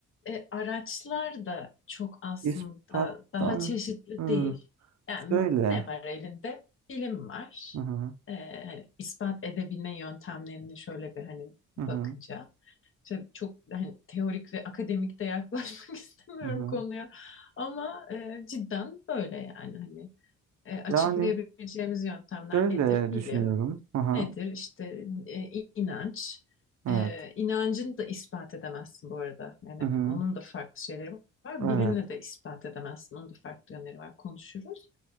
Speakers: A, on the left; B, on the right.
A: e, araçlar da çok aslında
B: ispattan
A: daha çeşitli
B: hmm,
A: değil. Yani
B: şöyle.
A: ne var elinde? Bilim var.
B: Hı hı.
A: E, hani ispat edebilme yöntemlerini şöyle bir hani bakınca.
B: Hı hı.
A: Tabii çok hani teorik ve akademik de yaklaşmak <laughs> istemiyorum
B: Hı hı.
A: konuya ama e, cidden böyle yani hani e, açıklayabileceğimiz
B: Yani
A: yöntemler
B: şöyle
A: nedir? Bilim.
B: düşünüyorum. Hı hı.
A: Nedir? İşte e, inanç.
B: Evet.
A: E, inancını da ispat edemezsin bu arada. Yani
B: Hı hı.
A: onun da farklı şeyleri var.
B: Evet.
A: Bilimle de ispat edemezsin. Onun da farklı yönleri var. Konuşuruz.